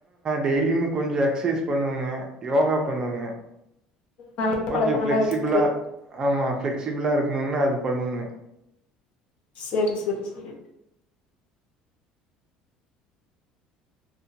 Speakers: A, on the right; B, on the left.
A: டெய்லியு கொஞம் எஸ்சைஸ் பண்ணுவாங்க யோகா பண்ணுவோங்க
B: நல்ல
A: கொஞ்சம்
B: பழக்கமெல்லா
A: ஃசிப்சிபிளா
B: இருக்கு
A: ஆமா ஃசிக்சிபிளா இருக்கணும்னா அது பண்ணனும்
B: சரி சரி சரி